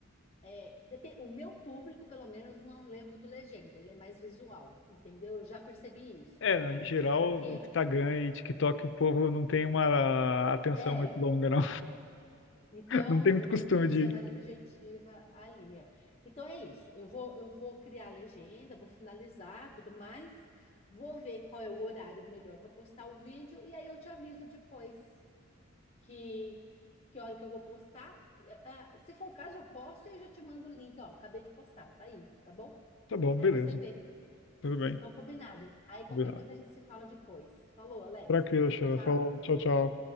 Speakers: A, on the left (about 30°); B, on the left (about 60°).
A: é, depe- o meu público, pelo menos, não lê muito legenda, ele é mais visual, entendeu? Eu já percebi isso.
B: É, em geral,
A: Porque.
B: Instagram e TikTok, o povo não tem uma atenção
A: é
B: muito longa, não.
A: Então,
B: Não tem muito
A: eu,
B: costume
A: eu tento
B: de
A: ser mais objetiva ali. é. Então, é isso. Eu vou, eu vou criar a legenda, vou finalizar tudo mais, vou ver qual é o horário melhor para postar o vídeo, e aí eu te aviso depois que, que hora que eu vou postar. Eh, ah, se for o caso, eu posto e eu já te mando o link, ó. Acabei de postar, tá aí, tá bom?
B: Tá bom,
A: Aí
B: beleza.
A: você vê.
B: Tudo bem.
A: Então, combinado. Aí qualquer
B: Combinado.
A: coisa a gente se fala depois. Falou, Alex.
B: Tranquilo, Sheila.
A: Tchau.
B: Falou. Tchau, tchau.